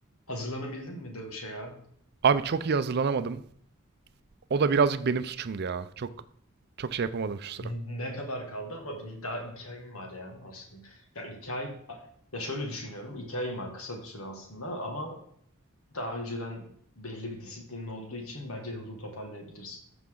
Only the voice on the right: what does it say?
Abi çok iyi hazırlanamadım. O da birazcık benim suçumdu ya. Çok çok şey yapamadım şu sıra.